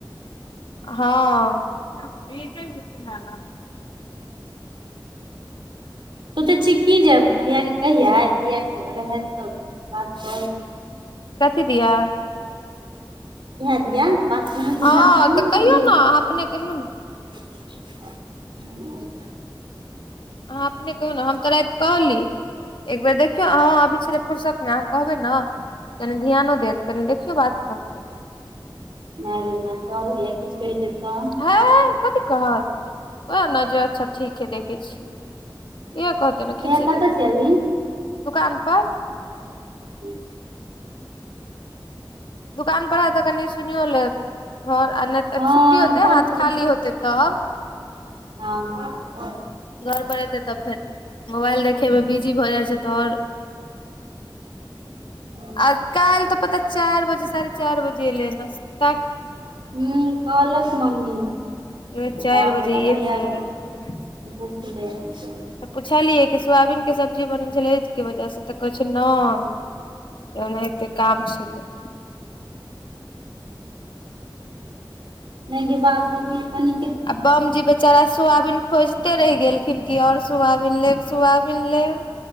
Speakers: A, on the left; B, on the right.
A: हँ।
B: सोचै छीयै कि जैब। भैयाके कहिये, भैयाके अगर हेल्थ तऽ बात कर
A: कथि दियऽ।
B: इएह दिया। करा दिया
A: हँ
B: ई
A: तऽ कहियौ नें आहां अपने कहियौ ने।
B: <inaudible>
A: अहाँ अपने कहियो ने, हम तऽ राति कहली, एक बेर देखियौ अह अभी छल फ़ुरसत में। कहबै ने तऽ कनि ध्यानो देत, कनि देखियौ बात कऽके।
B: माय -गेमाय डर होइया किछु कहि देत तऽ।
A: है, कथी कहत उह नै जे अच्छा ठीक है देखे छियै। इह कहते ने खिसयेते
B: भैया कतऽ
A: कथीले
B: छै अभी
A: दुकान पर
B: <inaudible>
A: दुकान पर हैत तऽ कनि सुनियो लेत। घऽर आनत तऽ
B: हँ
A: छुट्टी होते
B: घर
A: हाथ खाली होते तब।
B: हाँ-। हाँ
A: घर पर एयतै, तऽ फेर मोबाइल देखयमे बिजी भऽ जाइ छैय तऽ और।
B: हँ
A: आ काइल तऽ पता चार बजे साढ़े चार बजे एलै नस्ता।
B: हूं कहलक मम्मी।
A: ए चारि
B: बाप
A: बजे
B: रे बाप भैया
A: एक बेर
B: रौ
A: एलै खाइलैं।
B: भुखले ऐंल छल।
A: तऽ पुछलियै कि सोआबीनके सब्जी बनै छलैये अय वजह से, तऽ कहै छैय नहि। ओनाहिते काम छलै।
B: नहि गे बाबु अभी कनि
A: आ बम जी बेचारा सोआबीन खोइज -ते रहि गेलखिन कि और सोआबीन लेब-सोआबीन लेब।